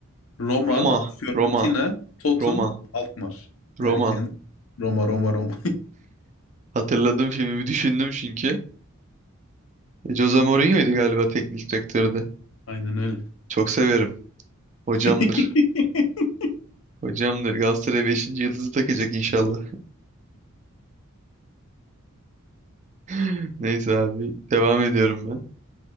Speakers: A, on the left; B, on the right.
A: Roma,
B: Roma,
A: Fiorentina,
B: Roma,
A: Tottenham,
B: Roma,
A: Alkmaar
B: Roma.
A: derken Roma Roma Roma.
B: Hatırladım filmi düşündüm çünkü. E, Jose Mourinho'ydu galiba teknik direktördü.
A: <laughs> Aynen öyle.
B: Çok severim. Hocamdır.
A: <laughs>
B: Hocamdır. Galatasaray beşinci yıldızı takacak inşallah. <laughs> Neyse abi. Devam ediyorum ben.